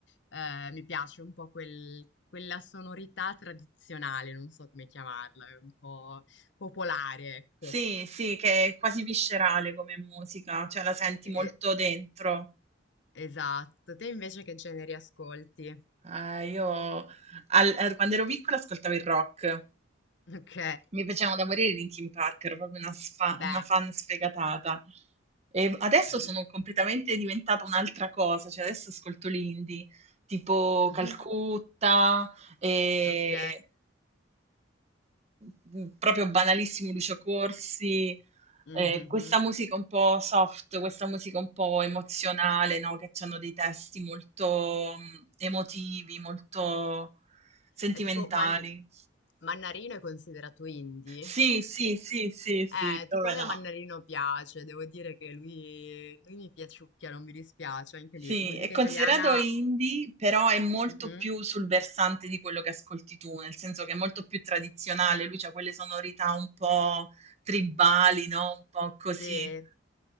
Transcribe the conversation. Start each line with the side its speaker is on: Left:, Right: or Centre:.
Left: eh, mi piace un po' quel- quella sonorità tradizionale, non so come chiamarla, è un po' popolare, ecco.
Right: Sì, sì, che è quasi viscerale come musica, cioè la senti
Left: E-
Right: molto dentro.
Left: esatto. Te invece che generi ascolti?
Right: Ehm, io al er quando ero piccola ascoltavo il rock.
Left: Ok.
Right: Mi piacevano da morire i Linkin Park, ero proprio una sfa
Left: Beh,
Right: una fan sfegatata. E adesso
Left: di-
Right: sono completamente diventata un'altra cosa, cioè adesso ascolto l'indie, tipo
Left: <laughs> Mhm.
Right: Calcutta, ehm
Left: Ok.
Right: mh, proprio banalissimo Lucio Corsi,
Left: Mhm.
Right: eh, questa musica un po' soft, questa musica un po' emozionale, no? Che hanno dei testi molto mh, emotivi, molto sentimentali.
Left: È tipo Man- Mannarino è considerato indie?
Right: Sì, sì, sì, sì, sì,
Left: Eh,
Right: come
Left: tipo a me
Right: no.
Left: Mannarino piace, devo dire che lui, lui mi piaciucchia, non mi dispiace, anche
Right: Sì,
Left: lì. Musica
Right: è considerato
Left: italiana,
Right: indie, però è molto
Left: mhm,
Right: più sul versante di quello che ascolti tu, nel senso che è molto più tradizionale, lui c'ha quelle sonorità un po' tribali, no? Un po' così.
Left: Sì,